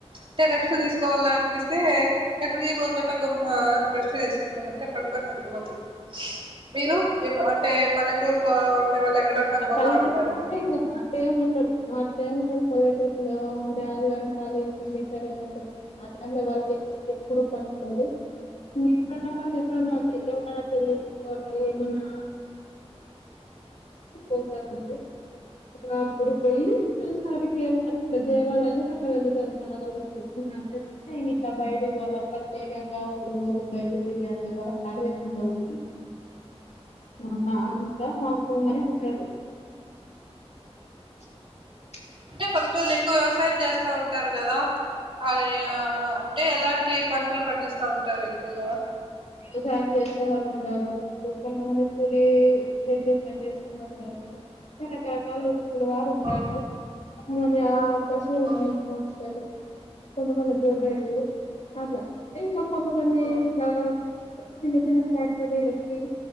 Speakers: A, on the right; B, on the left.
A: అంటే రెస్ట్ తీసుకోవాలా అనిపిస్తే ఎక్కడికి పోకుండా గమ్న రెస్ట్ తీసుకుంటామంటే పడుకొని నిదురపోతే మీరు అంటే పల్లెటూరులో <unintelligible>
B: ఆ
A: పోతా
B: పల్లెటూర్లకే
A: ఉంటారా
B: అటెముండదు ఆట్టే ఉండద్ పల్లెటూరు లో అంటే ఆదివారం ఆ టైం లో వాళ్ళకి ఎప్పుడు పని ఉంటది. మీర్ పోయిన వాళ్లే <unintelligible> ఎమన్నా పోతారంతే అలాప్పుడు పొయ్యి చూస్తారు ఇంగేదన్నా గా దేవాలయం కట్నంఎందుకు కడుతండో తెలీదు ఇంగా ఇట్లా బయటికి పోలా ప్రత్యేకంగా ఒగ ఊరికి బయటికి తిరిగే అంతగా క్లాడ్ ఎం ఉండవు అన్న అంతా మాములుగానే <unintelligible>
A: అంటే పల్లటూరి లో ఎక్కువ వ్యవసాయం చేస్తా ఉంటారు కదా అది ఆ అంటే ఎలాంటి పంటలు పండిస్తా ఉంటారు ఎక్కువగా
B: వ్యవసాయం చేసే వాళ్ళు ఉంటారు కొంత మంది కూలి వెళ్ళి పని చేసుకునే ఉంటారు రకరకాలు ఇప్పుడు వారు ఉంటారు
A: ఆ
B: మూల్య పశువులను
A: ఆ
B: మెప్తు ఉంటారు కొన్ని కొన్ని గోర్రలు అలా ఇంక కొంత మంది
A: ఆ
B: జె చిన్న చిన్న ఫ్యాక్టరీలకి